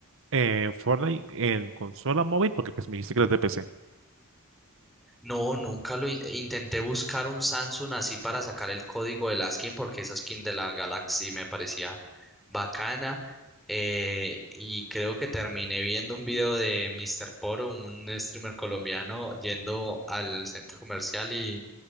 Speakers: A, on the right; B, in the centre.
A: eh, Fortnite en consola móvil? Porque pues me dijiste que era de PC.
B: No, nunca lo in- intenté buscar un Samsung así para sacar el código de la skin porque esa skin de la Galaxy me parecía bacana. eh, y creo que terminé viendo un video de Mr. Poro, un streamer colombiano, yendo al centro comercial y,